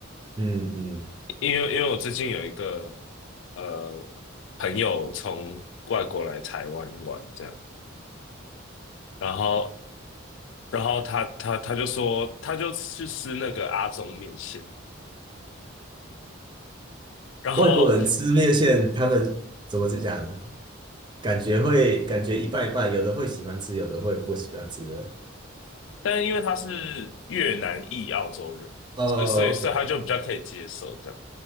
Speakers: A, on the right; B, on the left.
A: 嗯嗯
B: 因为因为我最近有一个呃朋友从外国来台湾玩这样，然后然后他他他就说他就去吃那个阿中面线。然后，
A: 外国人吃面线，他们怎么讲？感觉会感觉一半一半，有的会喜欢吃，有的会不喜欢吃。
B: 但是因为他是越南裔澳洲人，
A: 哦，OK
B: 所以所以所以他就比较可以接受这样。